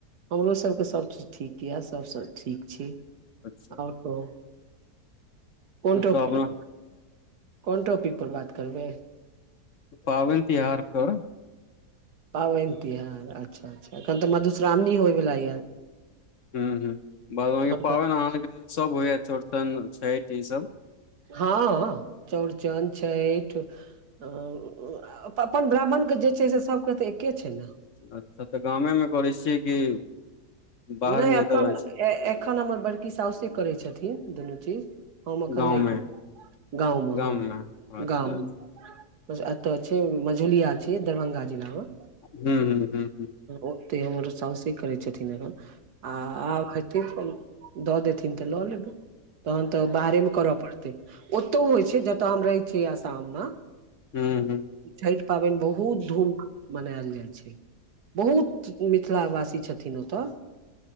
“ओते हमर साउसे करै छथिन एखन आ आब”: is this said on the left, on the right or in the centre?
Right